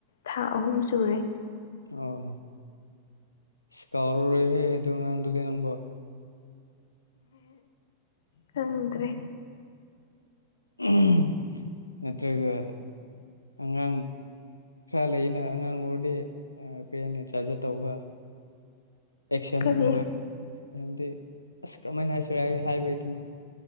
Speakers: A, on the left (about 60°); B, on the left (about 80°).
A: ꯊꯥ ꯑꯍꯨꯝ ꯁꯨꯔꯦ꯫
B: ꯑꯣ ꯁ ꯀꯥꯎꯔꯔꯣꯏꯍꯦ ꯑꯗꯨ ꯑꯉꯥꯡꯗꯨꯗꯤ ꯅꯪꯕꫭ
A: ꯈꯪꯗ꯭ꯔꯦ꯫
B: ꯎꯝ ꯅꯠꯇ꯭ꯔꯒ ꯑꯉꯥꯡ ꯈꯔ ꯂꯩꯌꯦꯅ ꯑꯉꯥꯡ ꯑꯣꯏꯔꯗꯤ ꯑꯥ ꯄꯦꯅꯦ ꯆꯥꯖ꯭ꯔ ꯇꯧꯕ꯫ ꯑꯦꯛꯁꯟꯒꯨꯝꯕ
A: ꯀꯔꯤ
B: ꯍꯥꯏꯗꯤ ꯑꯁ ꯀꯔꯝꯃꯥꯏꯅ ꯍꯥꯏꯁꯤꯔꯦ ꯑꯩ ꯍꯥꯏꯕ ꯍꯩꯇꯦꯅꯦ